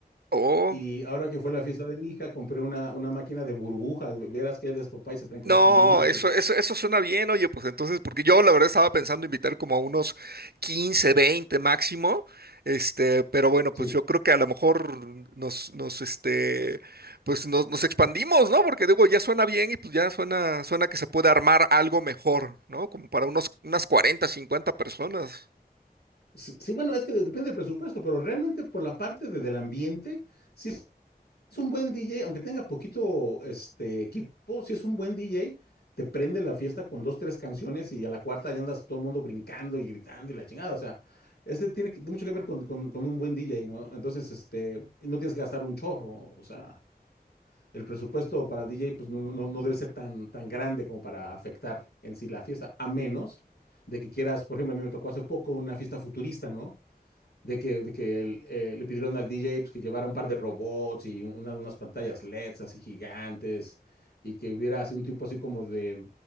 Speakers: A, on the right (about 75°); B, on the left (about 85°).
A: Oh.
B: y ahora que fue la fiesta de mi hija, compré una, una máquina de burbujas. ve- Verás qué despapá y se traen con
A: No,
B: eso. Está muy, muy divertido.
A: eso, eso, eso suena bien, oye, pues entonces, porque yo la verdad estaba pensando invitar como a unos 15, 20 máximo, este, pero bueno, pues
B: Sí.
A: yo creo que a lo mejor nos, nos, este, pues nos, nos expandimos, ¿no? Porque digo, ya suena bien y pues ya suena, suena que se puede armar algo mejor, ¿no? Como para unos, unas 40, 50 personas.
B: S- Sí, bueno, es que de- depende del presupuesto, pero realmente por la parte de- del ambiente, si es es un buen DJ, aunque tenga poquito este, equipo, si es un buen DJ, te prende la fiesta con dos, tres canciones y a la cuarta ya andas todo el mundo brincando y gritando y la chingada. O sea, este tiene que- mucho que ver con, con- con un buen DJ, ¿no? Entonces, este, no tienes que gastar un chorro. O sea, el presupuesto para DJ pues no, no, no no debe ser tan, tan grande como para afectar en sí la fiesta, a menos de que quieras, por ejemplo, a mí me tocó hace poco una fiesta futurista, ¿no? De que, de que el- eh, le pidieron al DJ pues, que llevara un par de robots y un- unas, unas pantallas LEDs así gigantes y que hubiera así un tipo así como de